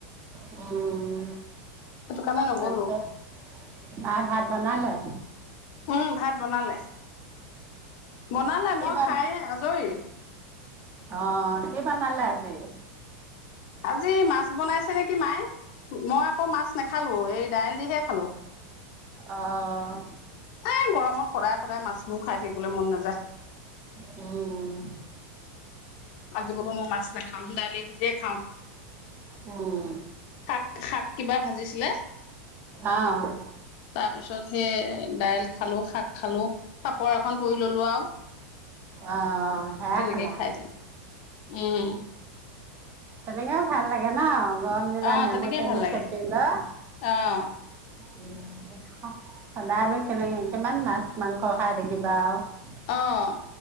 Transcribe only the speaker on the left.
সেইটো কাৰণে নগলো।
উম, ভাত বনালে? বনালে
মই
খাই আজৰি।
আজি মাছ বনাইছে নেকি মায়ে, মই আকৌ মাছ নাখালো এই দাইল দিহে খালো।
এ গৰমত সদায় সদায় মাছবোৰ খাই থাকিবলৈ মন নাযায়।
আজি বোলো মই মাছ নাখা আমদালিৰ সৈতে খাওঁ।
শাক-শাক কিবা ভাজিছিলে?
তাৰ পিছত সেই দাইল খালোঁ, শাক খালো, পাপৰ এখন পুৰি ললো আৰু
তেনেকে
খাই দিলো উম
আহ
তেনেকেই
ভাল লাগে
আহ
অহ!